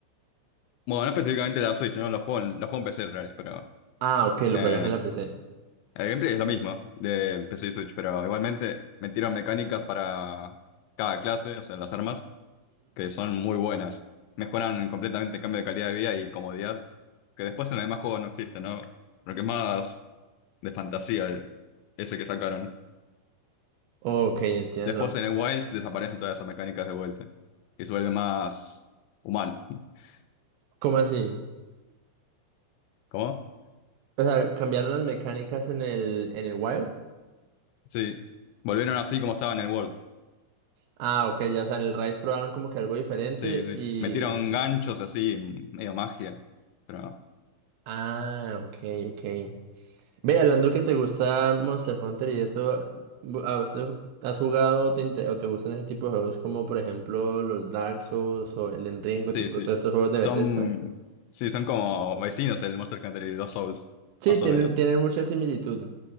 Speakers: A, on the left (about 85°); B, on the right (about 80°).
A: Bueno, no específicamente de la Switch, ¿no? Los juegos, los juegos en PC, en realidad, pero...
B: Ah, ok, lo
A: eh,
B: juegas en la PC.
A: El gameplay es lo mismo del PC y Switch, pero igualmente metieron mecánicas para cada clase, o sea, las armas, que son muy buenas. Mejoran completamente el cambio de calidad de vida y comodidad, que después en el demás juego no existe, ¿no? Lo que es más de fantasía el- ese que sacaron.
B: Ok, entiendo.
A: Después en el Wilds desaparecen todas esas mecánicas de vuelta y se vuelve más humano. <laughs>
B: ¿Cómo así?
A: ¿Cómo?
B: O sea, cambiaron las mecánicas en el, en el Wild.
A: Sí. Volvieron así como estaba en el World.
B: Ah, ok, ya, o sea, en el Rise probaron como que algo diferente
A: Sí, sí.
B: y...
A: Metieron ganchos así, medio magia. Pero no.
B: Ah, ok, ok. Ve, hablando que te gusta Monster Hunter y eso, bu- ¿a vos te- has jugado o te, inte- o te gustan ese tipo de juegos como por ejemplo los Dark Souls o el Enrico,
A: Sí,
B: tipo
A: sí.
B: todos estos juegos de Bethesda?
A: Son, sí, son como vecinos el Monster Hunter y los Souls,
B: Sí,
A: más
B: tienen,
A: o menos.
B: tienen mucha similitud.